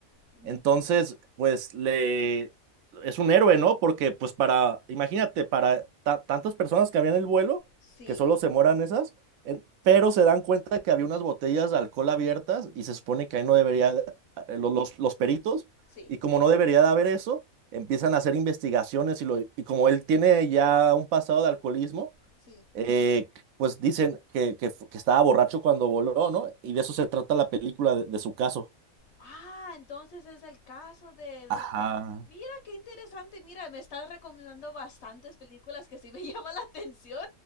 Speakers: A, on the left (about 55°); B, on the right (about 85°).
A: Mi...
B: Entonces, pues le es un héroe, ¿no? Porque pues para, imagínate, para ta- tantas personas que habían el vuelo,
A: Sí,
B: que solo se moran esas, en- pero se dan cuenta que había unas botellas de alcohol abiertas y se supone que ahí no debería, de- eh, lo- los, los peritos,
A: sí,
B: y como no debería de haber eso, empiezan a hacer investigaciones y, lo, y como él tiene ya un pasado de alcoholismo,
A: sí.
B: eh, pues dicen que, que, fu- que estaba borracho cuando voló, ¿no? Y de eso se trata la película de de su caso.
A: Ah, entonces es el caso de, de
B: Ajá.
A: lo que... Mira, qué interesante. Mira, me estás recomendando bastantes películas que sí me <laughs> llaman la atención.